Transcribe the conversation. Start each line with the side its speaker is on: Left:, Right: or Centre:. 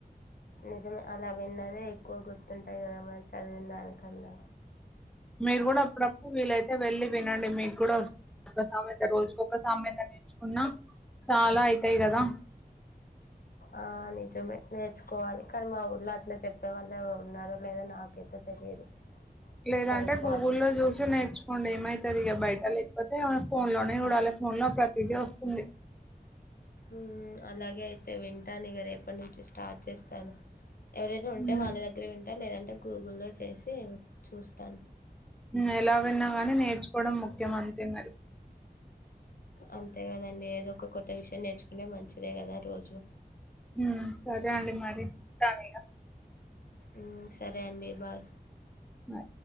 Left: నిజమే అలా విన్నదే ఎక్కువ గుర్తుంటాయి కదా మరి చదివిన దానికన్నా
Centre: మీరు కూడా అప్పుడప్పుడు వీలైతే అయితే వెళ్ళలి వినండి మీకు కూడా ఒకా సమెత రోజుకొక్క సమెత నేర్చుకున్నా చాలా అయితాయి కదా
Left: ఆ నిజమే నేర్చుకోవాలి కానీ మా ఉర్లో అట్లా చెప్పే వాళ్ళు ఉన్నారుారో లేదా నాకైతే తెలియదు
Centre: లేదంటే
Left: కనుక్కోవాలి
Centre: గూగుల్లో చూసి నేర్చుకోండి ఏమైతే సరిగా బయట లేకపోతే ఫోన్ లోనే చూడాలి ఫోన్ లో ప్రతిదీ వస్తుంది
Left: ఉమ్ అలాగే అయితే వింటాను ఇగా రేపటి నుంచి స్టార్ట్ చేస్తాను ఎవరైనా ఉంట
Centre: ఉమ్
Left: వాళ్ళ దగ్గర విన్ టే లేదంటే గూగుల్లో చేసి చూస్తాను
Centre: ఉమ్ ఎలా విన్నా గాని నేర్చుకోవడం ముఖ్యమం ఆంథే మరి
Left: అంతే కదండి ఏదో ఒక కొత్త విషయం నేర్చుకుంటే మంచిదే కదా రోజు
Centre: ఉమ్ సరే అండి మరి ఉంటాను ఇగా
Left: ఉమ్ సరే అండి బై
Centre: బై